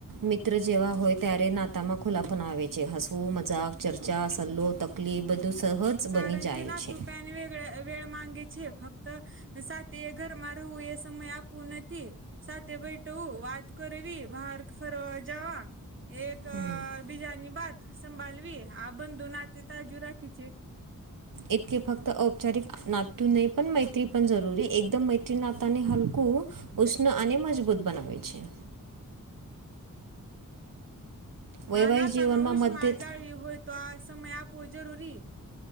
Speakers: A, on the right (about 75°); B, on the right (about 35°).
A: મિત્ર જેવા હોય ત્યારે નાતામાં ખુલ્લા પણ આવે છે હસવું મજાક ચર્ચા <unintelligible> <unintelligible>
B: કારણ
A: જાય
B: કે ના
A: છે
B: તું <unintelligible> માંગે છે ફક્ત સાથે એ ઘરમાં વું એ સમય આપવું નથી. સાથે બેઠવુ, વાત કરવી, બહાર ફરવા જવા એક
A: <unintelligible>
B: બીજાની બાત સંભાળવી આ બંધુ નાતે તાજુ રાખે છે.
A: એ તકે ફક્ત ઔપચારિક નાતું નહીં પણ મૈત્રી પણ જરૂરી એકદમ મૈત્રી નાતાને હાલવ કું ઉષ્ણ અને મજબૂત બનાવે છે. વૈવાહિક
B: હા નાતામાં
A: જીવનમાં
B: ઉષ્મા
A: મતભેદ
B: જાળવી હોય તો આ સમય આપવો જરૂરી.